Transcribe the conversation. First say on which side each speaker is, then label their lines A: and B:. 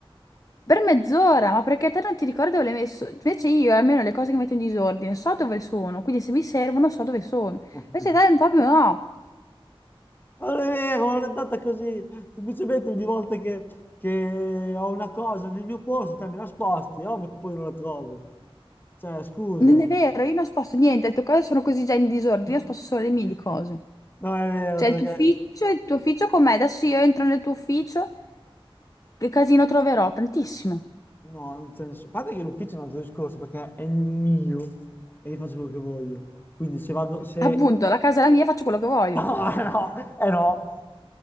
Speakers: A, on the left; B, on the left.
A: Per mezz'ora, ma perché te non ti ricordi dove l'hai messo? Invece io, almeno le cose che metto in disordine, so dove sono, quindi se mi servono so dove sono.
B: <laughs>
A: Invece te proprio no,
B: Ma Non è vero, ma non è andata così. Semplicemente ogni volta che, che ho una cosa nel mio posto, te me la sposti, è ovvio che poi non la trovo. Cioè, scusa.
A: non è vero, io non sposto niente, le tue cose sono così già in disordine,
B: <laughs>
A: io sposto solo le mie di cose.
B: No, è vero,
A: Cioè,
B: perché...
A: il tuo ufficio, il tuo ufficio com'è? Adesso io entro nel tuo ufficio, che casino troverò? Tantissimo.
B: No, non c'è nessuno. A parte che l'ufficio è un altro discorso, perché è il mio e io faccio quello che voglio. Quindi se vado, se
A: Appunto, la casa è la mia, faccio quello che voglio.
B: No, eh no, eh no,